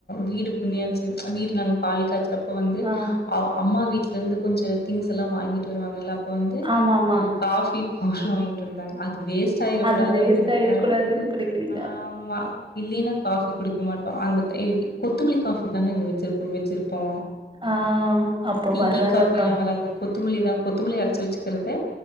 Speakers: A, on the left (about 60°); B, on the right (about 25°).
A: வீடு புணியாச்ச வீடு நாங்க பால் காய்ச்சறப் ப வந்து
B: ஆ
A: அ அம்மா வீட்ல இருந்து கொஞ்ச திங்ஸ் எல்லா வாங்கிட்டு வருவாங்கல்ல அப்ப வந்து
B: ஆமாமா
A: காஃபி பவ்டரு வாங்கிட்டு வந்தாங்க அது வேஸ்ட் ஆயிரக்கூடாது
B: அது வேஸ்ட்டாயிடக்கூடாதுன்‌
A: அப்டிங்கிறதுனால
B: குடிக்கிறிங்
A: ஆமா இல்லினா காஃபி குடிக்க மாட்டோ அந்த கொத்தமுலி காஃபி தான இங்க வெச்சு வெச்சிருப்போ
B: ஆ அப்போ
A: டீ
B: பரவால்லக்கா
A: யு காஃபியெல்லா வராது கொத்தமுலிதா கொத்தமுலி அர ச்சு வெச்சிக்கிறது